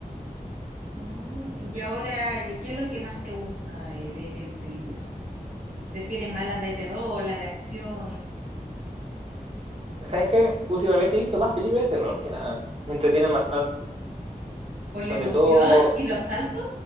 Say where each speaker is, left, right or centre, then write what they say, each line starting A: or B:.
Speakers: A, on the right; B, on the right.
A: Mm, y ahora, eh, ¿qué es lo que más te gusta eh, ver en películas? ¿Prefieres más las de terror, las de acción,
B: ¿Sabes qué? Últimamente he visto más películas de terror que nada. Me entretienen bastante.
A: por
B: Sobre
A: la emoción
B: todo,
A: y los saltos?